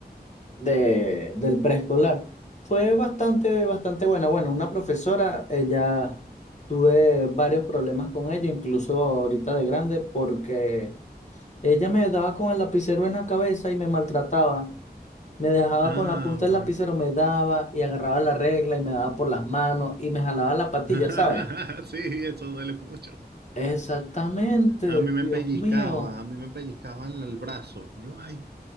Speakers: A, on the left (about 45°); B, on the right (about 70°).
A: de, del preescolar, fue bastante, bastante buena. Bueno, una profesora, ella tuve varios problemas con ella, incluso ahorita de grande, porque ella me daba con el lapicero en la cabeza y me maltrataba. Me dejaba
B: Ah,
A: con la punta
B: bueno.
A: del lapicero, me daba y agarraba la regla y me daba por las manos y me jalaba la patilla,
B: <laughs>
A: ¿sabes?
B: Sí, eso duele mucho.
A: Exactamente,
B: A mí me
A: Dios
B: pellizcaba,
A: mío,
B: a mí me pellizcaban el brazo. Yo, ay,